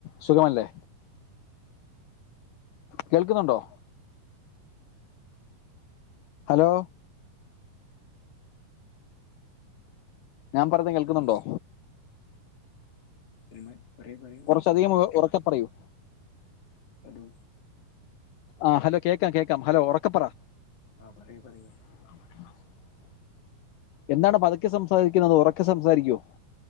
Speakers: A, on the left; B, on the left.
A: സുഖമല്ലേ? കേൾക്കുന്നുണ്ടോ? ഹലോ ഞാൻ പറയുന്ന കേൾക്കുന്നുണ്ടോ?
B: ഹലോ <unintelligible> പറയൂ പറയൂ
A: കൊറച്ചധികം ഉറക്കെ പറയൂ..
B: ഹലോ
A: ആഹ് ഹലോ കേക്കാം കേക്കാം ഹലോ ഉറക്കപ്പറ
B: ആഹ് പറയൂ പറയൂ
A: <inaudible> എന്താണ് പതുക്കെ സംസാരിക്കുന്നത് ഒറക്കെ സംസാരിക്കു